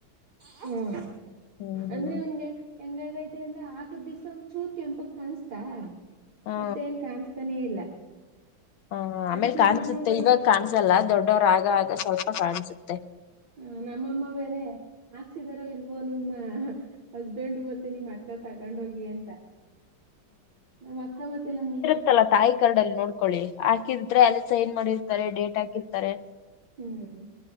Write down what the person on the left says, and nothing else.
ಹ್ಮ್
ಹಾ
ಹ್ಮ ಆಮೇಲೆ
ಕಾಣಸುತ್ತೆ
ಇವಾಗ ಕಾಣಸಲ್ಲ ದೊಡ್ಡವ್ರ ಆಗ ಆಗ ಸ್ವಲ್ಪ ಕಾಣಸುತ್ತೆ
ತ್ತಲ್ಲಾ ತಾಯಿ ಕರಡಲ್ಲಿ ನೋಡ್ಕೊಳ್ಳಿ ಹಾಕಿದ್ರೆ ಅಲ್ಲಿ ಸೈನ್ ಮಾಡಿರ್ತಾರೆ ಡೇಟ್ ಹಾಕಿರ್ತಾರೆ